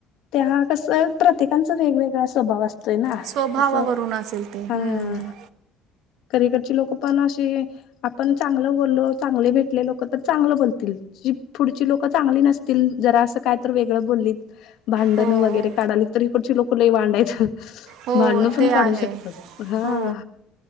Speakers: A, on the left (about 55°); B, on the right (about 60°).
A: ते हा कसं प्रत्येकांचा वेगवेगळा स्वभाव असत. ते ना
B: स्वभावावरून
A: असं.
B: असेल ते.
A: हा.
B: हं.
A: करीकडची लोक पण अशी, आपण चांगलं बोललो, चांगले भेटले लोक, तर चांगलं बोलतील. पुढची लोकं चांगली नसतील. जरा असं काय तर वेगळं बोलली भांडणं
B: हो.
A: वगैरे काढाली, तर इकडंची लोक लय वाडेत.
B: हो
A: भांडण पण
B: ते
A: काढू
B: आहे.
A: शकतात. हा.
B: हो.